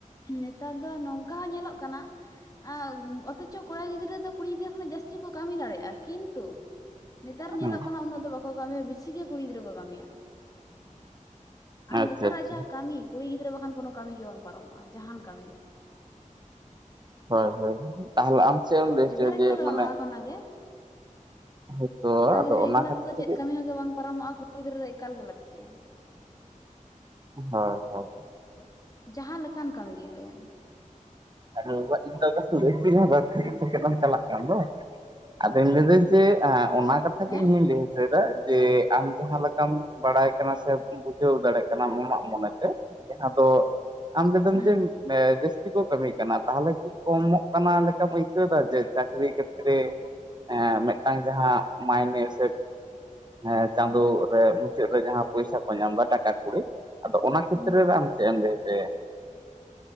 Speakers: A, on the left (about 25°); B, on the right (about 30°).
A: ᱱᱮᱛᱟᱨ ᱫᱚ ᱱᱚᱝᱠᱟ ᱦᱚᱸ ᱧᱮᱞᱚᱜ ᱠᱟᱱᱟ ᱾ ᱚᱸ ᱚᱛᱷᱚᱪᱚ ᱠᱚᱲᱟ ᱜᱤᱫᱽᱨᱟᱹ ᱫᱚ ᱠᱩᱲᱤ ᱜᱤᱫᱽᱨᱟᱹ ᱠᱷᱚᱱᱟᱜ ᱡᱟᱹᱥᱛᱤ ᱠᱚ ᱠᱟᱹᱢᱤ ᱫᱟᱲᱮᱭᱟᱜᱼᱟ ᱠᱤᱱᱛᱩ ᱱᱮᱛᱟᱨ ᱧᱮᱞᱚᱜ
B: ᱦᱮᱸ
A: ᱠᱟᱱᱟ ᱩᱱᱟᱹᱜ ᱫᱚ ᱵᱟᱠᱚ ᱠᱟᱹᱢᱤᱭᱟ ᱵᱮᱥᱤ ᱜᱮ ᱠᱩᱲᱤ ᱜᱤᱫᱽᱨᱟᱹ ᱠᱚ ᱠᱟᱹᱢᱤᱭᱟ ᱾ ᱟᱨ
B: ᱟᱪᱪᱷᱟ
A: ᱱᱮᱛᱟᱨᱟᱜ
B: ᱟᱪᱪᱷᱟ
A: ᱡᱟᱦᱟᱸ ᱠᱟᱹᱢᱤ ᱠᱩᱲᱤ ᱜᱤᱫᱽᱨᱟᱹ ᱵᱟᱠᱷᱟᱱ ᱠᱳᱱᱳ ᱠᱟᱹᱢᱤ ᱜᱮ ᱵᱟᱝ ᱯᱟᱨᱚᱢᱚᱜᱼᱟ ᱡᱟᱦᱟᱱ ᱠᱟᱹᱢᱤ ᱜᱮ
B: ᱦᱳᱭ ᱦᱳᱭ ᱛᱟᱦᱚᱞᱮ ᱟᱢ ᱪᱮᱫ ᱮᱢ ᱞᱟᱹᱭ ᱦᱚᱪᱚᱭᱟ
A: ᱱᱮᱛᱟᱨ ᱮᱠᱞᱟ
B: ᱡᱮ
A: ᱫᱚ
B: ᱢᱟᱱᱮ
A: ᱵᱟᱝ ᱞᱟᱦᱟ ᱠᱷᱚᱱᱟ ᱜᱮ
B: ᱦᱳᱭᱛᱳ
A: ᱠᱚᱲᱟ
B: ᱟᱫᱚ
A: ᱜᱤᱫᱽᱨᱟᱹ
B: ᱚᱱᱟ
A: ᱮᱠᱞᱟ
B: ᱠᱷᱟᱹᱛᱤᱨ
A: ᱛᱮᱫᱚ
B: ᱛᱮᱜᱮ
A: ᱪᱮᱫ ᱠᱟᱹᱢᱤ ᱦᱚᱸ ᱜᱮ ᱵᱟᱝ ᱯᱟᱨᱚᱢᱚᱜᱼᱟ ᱠᱩᱲᱤ ᱜᱤᱫᱽᱨᱟᱹ ᱫᱚ ᱮᱠᱟᱞ ᱜᱮ ᱞᱟᱹᱠᱛᱤᱜᱼᱟ ᱾
B: ᱦᱳᱭ ᱦᱳᱭ ᱾
A: ᱡᱟᱦᱟᱸ ᱞᱮᱠᱟᱱ ᱠᱟᱹᱢᱤ ᱜᱮ ᱦᱩᱭᱮᱱ <unintelligible>
B: ᱤᱧ ᱫᱚ ᱵᱟᱹᱧ ᱞᱟᱹᱭ ᱦᱚᱪᱚᱧᱟ ᱵᱟᱫ ᱠᱟᱛᱮᱢ ᱪᱟᱞᱟᱜ ᱠᱟᱱ ᱫᱚ ᱟᱫᱚᱧ ᱞᱟᱹᱭ ᱫᱟᱹᱧ ᱡᱮ ᱚᱱᱟ ᱠᱟᱛᱷᱟ
A: ᱦᱮᱸ
B: ᱜᱮ ᱤᱧᱦᱚᱧ ᱞᱟᱹᱭ ᱦᱚᱪᱚᱭ ᱥᱮᱫᱟᱭ ᱡᱮ ᱟᱢ ᱡᱟᱦᱟᱸ ᱞᱮᱠᱟᱢ ᱵᱟᱲᱟᱭ ᱠᱟᱱᱟ ᱥᱮᱢ ᱵᱩᱡᱷᱟᱹᱣ ᱫᱟᱲᱮᱭᱟᱜ ᱠᱟᱱᱟ ᱾ ᱠᱟᱱᱟᱢ ᱟᱢᱟᱜ ᱢᱚᱱᱮᱛᱮ ᱡᱟᱦᱟᱸ ᱫᱚ ᱟᱢ ᱞᱮᱫᱟᱢ
A: ᱦᱩᱸ
B: ᱡᱮ ᱡᱟᱹᱥᱛᱤ ᱠᱚ ᱠᱟᱹᱢᱤ ᱠᱟᱱᱟ ᱛᱟᱦᱚᱞᱮ ᱠᱤ ᱠᱚᱢᱚᱜ ᱠᱟᱱᱟ ᱞᱮᱠᱟᱢ ᱟᱹᱭᱠᱟᱹᱣ ᱮᱟ ᱡᱮ ᱪᱟᱠᱨᱤ ᱠᱷᱮᱛᱨᱮ ᱮ ᱢᱤᱫᱴᱟᱝ ᱡᱟᱦᱟᱸ ᱢᱟᱭᱱᱮ ᱥᱮᱵ <inaudible> ᱪᱟᱸᱫᱚ ᱨᱮ ᱢᱩᱪᱟᱹᱫ ᱨᱮ ᱡᱟᱦᱟᱸ ᱯᱚᱭᱥᱟ ᱠᱚ ᱧᱟᱢ ᱮᱫᱟ ᱴᱟᱠᱟ <unintelligible> ᱟᱫᱚ ᱚᱱᱟ ᱠᱷᱮᱛᱨᱮ
A: ᱦᱩᱸ
B: ᱨᱮ ᱟᱢ ᱪᱮᱫ ᱮᱢ ᱞᱟᱹᱭ ᱦᱚᱪᱚ ᱭᱟ?